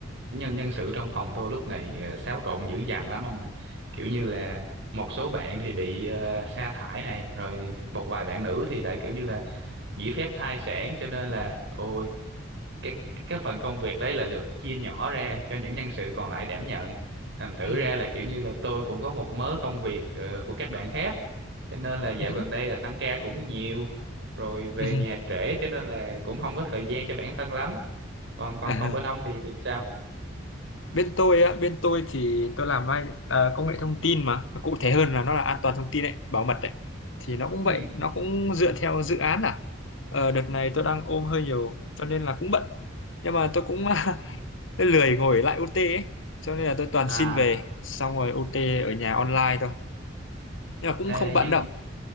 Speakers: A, on the right (about 65°); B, on the left (about 70°).
A: nhân nhân sự trong phòng tôi lúc này ờ, xáo trộn dữ dằn lắm ông mà. Kiểu như là một số bạn thì bị ờ, sa thải này, rồi một vài bạn nữ thì lại kiểu như là nghỉ phép thai sản cho nên là ôi cái cái phần công việc đấy là được chia nhỏ ra cho những nhân sự còn lại đảm nhận thành thử
B: Ừ.
A: ra là kiểu như là tôi cũng có một mớ công việc ờ, của các bạn khác cho nên là dạo
B: Ừ.
A: gần đây là tăng ca cũng nhiều rồi về
B: Ừ.
A: nhà trễ cho nên là cũng không có thời gian cho bản thân lắm còn còn
B: À,
A: còn bên ông thì thì sao
B: bên tôi á bên tôi thì tôi làm ai à, công nghệ thông tin mà Và cụ thể hơn là nó là an toàn thông tin đấy bảo mật đấy thì nó cũng
A: ừ
B: vậy nó cũng dựa theo dự án à Ờ, đợt này tôi đang ôm hơi nhiều cho nên là cũng bận nhưng mà tôi cũng <laughs> Tôi lười ngồi lại OT ấy. Cho nên là tôi toàn
A: à,
B: xin về xong rồi OT ở nhà online thôi. Nhưng mà cũng
A: Ê,
B: không bận
A: nhưng
B: đâu.